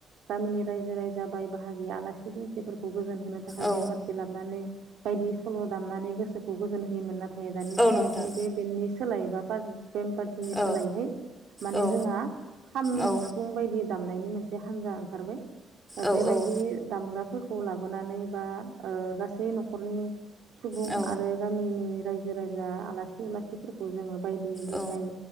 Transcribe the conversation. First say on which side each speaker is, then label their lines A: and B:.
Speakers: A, on the right; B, in the centre.
A: गामिनि रायजो रायजा बाय बाहागि आलासि दुमसिफोरखौ गोजोन होनो थाखाय
B: औ
A: बेमफारथि लाबनानै बायदि सल' दामनानै गोसोखौ गोजोन होयोमोन नाथाय दानि
B: औ
A: जुगावहाय
B: नोंथां
A: बे बेननि सोलायबा बार बेमफार बिनि सोलायैहाय
B: औ
A: माने
B: औ
A: जोंहा खाम
B: औ
A: सिफुं बायदि दामनायनि मोनसे हान्जा ओंखारबाय
B: औ
A: बेबायदि
B: औ
A: दामग्रा फोरखौ लाबोनानै बा गासै न'खरनि सुबुं
B: औ
A: आरो गामिनि रायजो रायजा आलासि उलासिफोरखौ जोङो बायदि मेथाइ
B: औ